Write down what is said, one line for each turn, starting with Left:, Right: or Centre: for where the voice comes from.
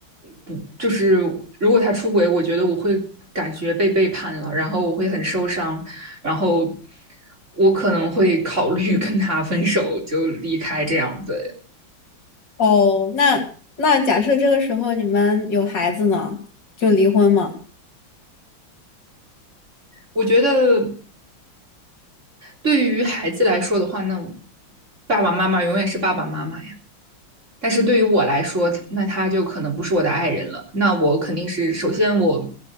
Right: 不，就是如果他出轨，我觉得我会感觉被背叛了，然后我会很受伤，然后我可能会考虑 <laughs> 跟他分手，就离开这样。对，
Left: 哦，那那假设这个时候你们有孩子呢，就离婚嘛。
Right: 我觉得对于孩子来说的话，那爸爸妈妈永远是爸爸妈妈，但是对于我来说，那他就可能不是我的爱人了。那我肯定是首先我